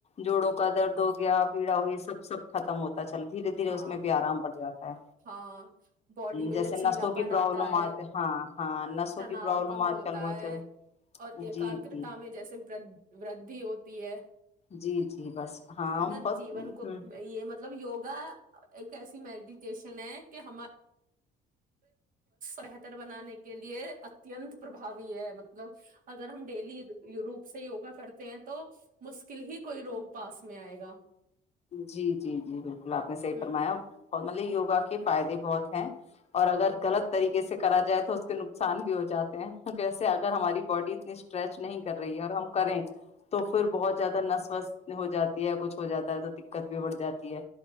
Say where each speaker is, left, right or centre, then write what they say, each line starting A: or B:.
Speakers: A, on the left; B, on the right.
A: جوڑوں کا درد ہو گیا پیڑا ہو گیا سب سب ختم ہوتا پتا چل دھیرے دھیرے
B: ہاں
A: اس میں
B: ہاں
A: بھی آرام پڑ جاتا ہے
B: ہاں باڈی میں
A: جیسے
B: لچیلا
A: نسوں کی
B: پن
A: پرابلم
B: آتا ہے
A: آتے ہاں ہاں نسوں
B: تناؤ
A: کی پرابلم
B: کم
A: آج
B: ہوتا
A: کل بہت
B: ہے
A: چل
B: اور ایکاگگرتا
A: جی جی
B: میں جیسے وددی ہوتی ہے
A: جی جی بس ہاں
B: ہے نا
A: بہت
B: جیون کو یہ مطلب یوگا کہ کیسی میڈی اسٹیشن ہے کہ ہمار بہتر بنانے کے لیے اتنت پربھوی ہے مطلب اگر ہم ڈیلی روپ سے وگا کرتے ہیں تو مشکل ہی کوئی روگ پاس میں آئے گا
A: جی جی جی بالکل آپ نے صحیح
B: ہ
A: فرمایا فارملی یوگا کے فائدے بہت ہیں اور اگر غلط طریقے سے کرا جائے تو اس کے نقصان بھی ہو جاتے ہیں کیسے اگر ہماری باڈی اتنی اسٹریچ نہیں کر رہی ہے اور ہم کریں تو پھر بہت زیادہ نس وس ہو جاتی ہے کچھ ہو جاتا ہے تو دقت بھی بڑھ جاتی ہے